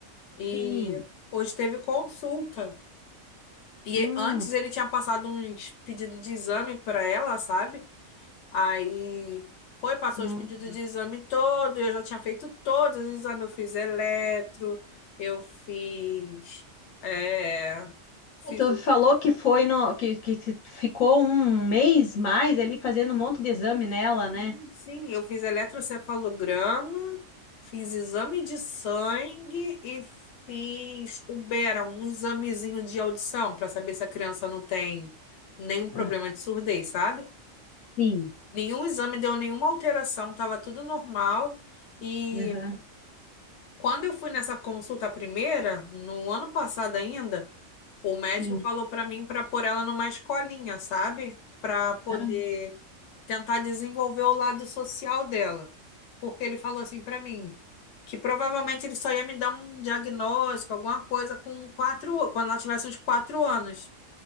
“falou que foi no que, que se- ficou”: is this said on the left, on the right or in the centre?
Left